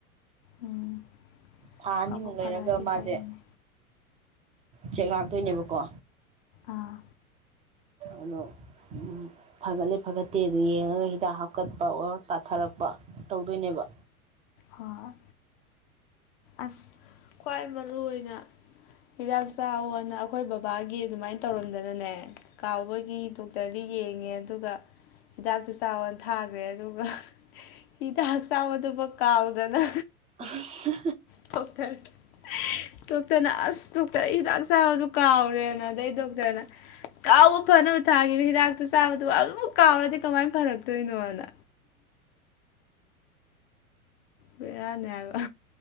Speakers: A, on the left; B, on the right.
A: ꯎꯝ
B: ꯊꯥ ꯑꯅꯤꯃꯨꯛ
A: ꯐꯕꯨ
B: ꯂꯩꯔꯒ
A: ꯐꯔꯛꯑꯗꯤ
B: ꯃꯥꯁꯦ
A: ꯐꯩꯌꯦꯅꯦ
B: ꯆꯦꯛ ꯂꯥꯛꯇꯣꯏꯅꯦꯕꯀꯣ
A: ꯑꯥ
B: ꯑꯗꯣ ꯎꯝ ꯐꯒꯠꯂꯦ ꯐꯒꯠꯇꯦ ꯑꯗꯨ ꯌꯦꯡꯉꯒ ꯍꯤꯗꯥꯛ ꯍꯥꯞꯀꯠꯄ ꯑꯣꯔ ꯀꯥꯊꯔꯛꯄ ꯇꯧꯗꯣꯏꯅꯦꯕ
A: ꯍꯣꯏ ꯑꯁ ꯈ꯭ꯋꯥꯏ ꯃꯔꯨ ꯑꯣꯏꯅ ꯍꯤꯗꯥꯛ ꯆꯥꯑꯣꯅ ꯑꯈꯣꯏ ꯕꯕꯥꯒꯤ ꯑꯗꯨꯃꯥꯏꯟ ꯇꯧꯔꯝꯗꯅꯅꯦ ꯀꯥꯎꯕꯒꯤ ꯗꯣꯛꯇꯔꯗꯤ ꯌꯦꯡꯉꯦ ꯑꯗꯨꯒ ꯍꯤꯗꯥꯛꯇꯨ ꯆꯥꯎꯅ ꯊꯥꯈ꯭ꯔꯦ ꯑꯗꯨꯒ ꯍꯤꯗꯥꯛ ꯆꯥꯕꯗꯨꯕꯧ ꯀꯥꯎꯗꯅ
B: ꯑꯁ
A: ꯇꯣꯛꯇꯥꯔꯗ ꯗꯣꯛꯇꯔꯅ ꯑꯁ ꯗꯣꯛꯇꯔ ꯑꯩ ꯍꯤꯗꯥꯛ ꯆꯥꯕꯁꯨ ꯀꯥꯎꯔꯦꯅ ꯑꯗꯩ ꯗꯣꯛꯇꯔꯅ ꯀꯥꯎꯕ ꯐꯅꯕ ꯊꯥꯈꯤꯕ ꯍꯤꯗꯥꯛꯇꯨ ꯆꯥꯕꯗꯨ ꯑꯗꯨꯃꯨꯛ ꯀꯥꯎꯔꯗꯤ ꯀꯃꯥꯏ ꯐꯔꯛꯇꯣꯏꯅꯣꯅ ꯕꯦꯔꯥꯅꯤ ꯍꯥꯏꯕ